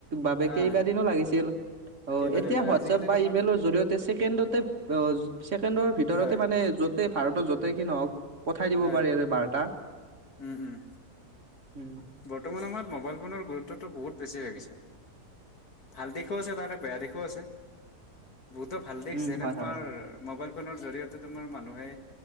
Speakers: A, on the right; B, on the left.
A: বাবে কেইবাদিনো
B: আহ
A: লাগিছিল। অ'
B: কেইবাদিন
A: এতিয়া
B: হয়
A: হোৱাটছএপ
B: আজিকালি
A: বা
B: তোমাৰ
A: ইমেইলৰ জৰিয়তে ছেকেণ্ডতে ছেকেণ্ডৰ ভিতৰতে
B: হয়
A: মানে য'ত তে, ভাৰতৰ য'তেই কি নহওক পঠাই দিব
B: হয়
A: পাৰি আৰু বাৰ্তা।
B: উম, উম।
A: উম।
B: বৰ্তমান সময়ত মোবাইল ফোনৰ গুৰুত্বটো বহুত বেছি হৈ গৈছে। ভাল দিশো আছে, তাৰে বেয়া দিশো আছে। বহুতো ভাল দিশ
A: উম,
B: যেনে
A: হয়,
B: তোমাৰ
A: হয়,
B: মোবাইল ফোনৰ জৰিয়তে তোমাৰ মানুহে